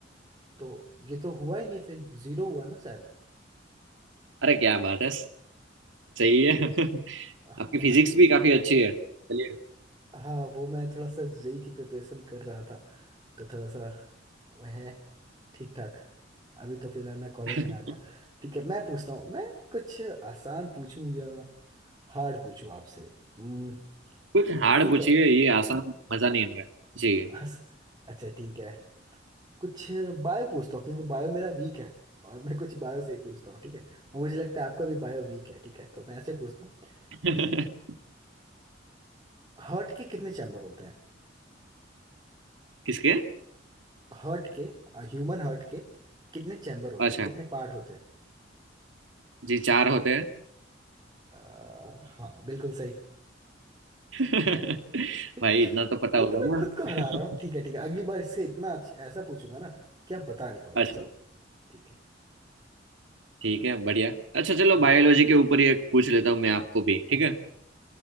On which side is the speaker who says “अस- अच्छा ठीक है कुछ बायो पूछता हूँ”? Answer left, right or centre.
Right